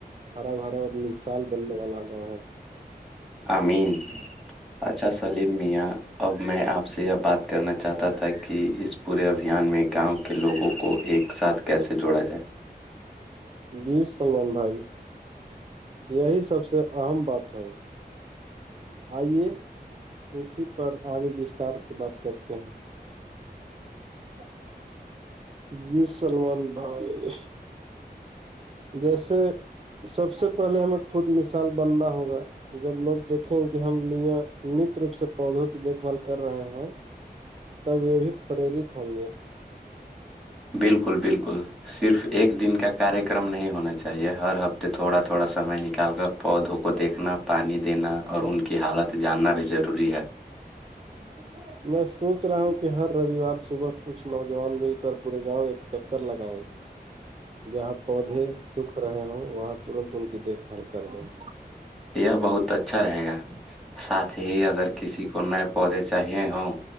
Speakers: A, on the right (about 35°); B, in the centre.
A: ہرا بھرا اور مثال بننے والا ہے گاؤںوں
B: امین پاچا سلیم میاں اب میں آپ سے یہ بات کرنا چاہتا تھا کہ اس پورے ابھیان میں گاؤں کے لوگوں کو ایک ساتھ کیسے جوڑا جائے
A: جی سلمان بھائی یہی سب سے اہم بات ہے آئیے اسی پر آگے بستار سے بات کرتے ہیں <unintelligible> جی سلمان بھائیے جیسے سب سے پہلے ہمیں خود مثال بننا ہوگا جب لوگ دیکھیں کہ ہم نیا نت روپ سے پودوں کی دیکھ بھال کر رہے ہیں تب یہ بھی پریرت ہوں گے
B: بالکل بالکل صرف ایک دن کا کاریہ کررم نہیں ہونا چاہیے ہر ہفتے تھوڑا تھوڑا سمے نکال کر پودوں کو دیکھنا پانی دینا اور ان کی حالت جاننا بھی ضروری ہے
A: <unintelligible> میں سوچ رہا ہوں کہ ہر رووار صبح کچھ نوجوان مل کر پورے گاؤں ایک چکر لگائے جہاں پودے سکھ رہے ہوں وہاں ترنت ان کی دیکھ بھال کر ل
B: یہ بہت اچھا رہے گا ساتھ ہی اگر کسی کو نئے پودے چاہیے ہوں